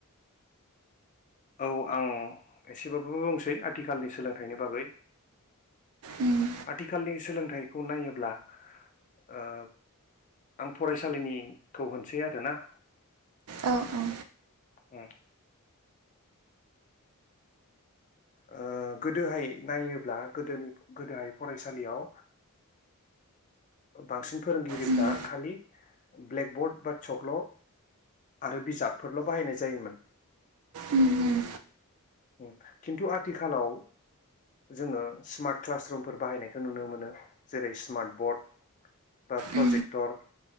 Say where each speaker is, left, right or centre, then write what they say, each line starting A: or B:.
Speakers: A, on the left; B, on the right.
A: औ आं एसेबाबो बुंसै आथिखालनि सोलोंथाइनि बागै
B: उम
A: आथिखालनि सोलोंथाइ थाइखौ नायोब्ला ओ आं फरायसालिनिखौ होनसै आरोना
B: औ औ
A: <unintelligible> ओ गोदोहाय नायोब्ला गोदोनि गोदोहाय फरायसालियाव बांसिन फोरोंगिरिफ्रा
B: उम
A: खालि ब्लेकबर्ड बा सक्ल' आरो बिजाबफोरल' बाहायनाय जायोमोन
B: उम
A: ओम खिन्थु आथिखालाव जोङो स्मार्ट क्लासरुमफोर बाहायनायखौ नुनो मोनो जेरै स्मार्ट बर्ड बा प्रजेक्टर
B: उम